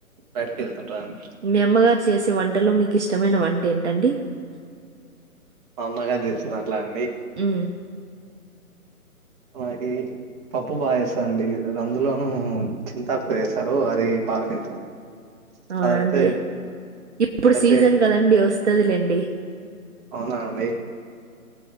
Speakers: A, on the right; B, on the right.
A: బయటకి వెళ్తాను ట్రాన్
B: మీ అమ్మగారు చేసే వంటలో మీకు ఇష్టమైన వంట ఏంటండి
A: మా అమ్మ గారు చేసినా వంటలండి
B: హ్మ్.
A: నాకి పప్పు బాగా చేేస్తారండి అది అందులోనూ చింతాక్తో చేస్తారు అది బాగా తింటాను
B: అవునండి
A: అదైతే
B: ఇప్పుడు
A: అదైతే
B: సీజన్ కదండి వస్తదిలేండి డి
A: అవునా అండి